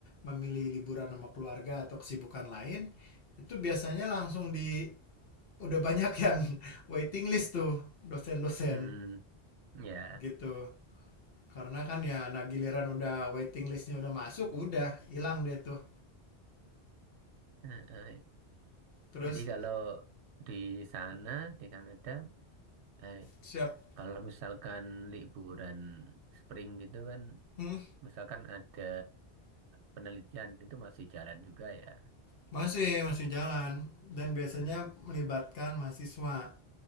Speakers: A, on the left; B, on the right.
A: memilih liburan sama keluarga atau kesibukan lain itu biasanya langsung di udah banyak <laughs> yang waiting list tuh dosen-dosen
B: Mm-mm. Iya.
A: gitu karena kan ya nah giliran udah waiting listnya udah masuk udah hilang deh tuh
B: Eh, eh,
A: terus
B: Jadi kalau di sana, di Kanada, eh,
A: siap
B: kalau misalkan liburan spring gitu kan,
A: Hmm,
B: misalkan ada penelitian itu masih jalan juga ya.
A: masih masih jalan dan biasanya
B: Nah,
A: melibatkan mahasiswa